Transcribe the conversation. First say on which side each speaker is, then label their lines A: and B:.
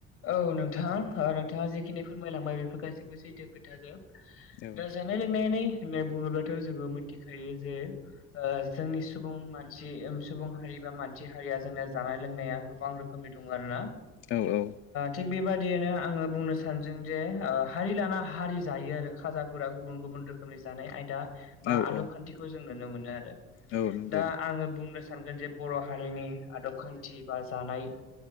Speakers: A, on the left (about 70°); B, on the left (about 35°).
A: औ नोंथां नोंथाङा जिखिनि फोरमायलांबाय बेफोर गाससिबो सैथो खोथाजोब
B: औ
A: दा जोब। जानाय लोंनायनि होननाय बुङोब्लाथ' जोङो मिथिखायो जे जोंनि सुबुं मानसि सुबुं हारि बा मानसि हारिया जोंनि जानाय लोंनाया गोबां रोख खोमनि दंङ आरोना
B: औ-औ
A: थिग बेबादियनो आङो बुंनो सानदों जे हारि लाना हारि जायो आरो खाजा फोरा गुबुन गुबुन रोखोमनि जानाय आयदा बा
B: औ
A: आदब
B: औ
A: खान्थिखौ जों नुनो मोनो आरो
B: औ नंगौ
A: दा आङो बुंनो सानगोन जे बर' हारिनि आदब खान्थि बा जानाय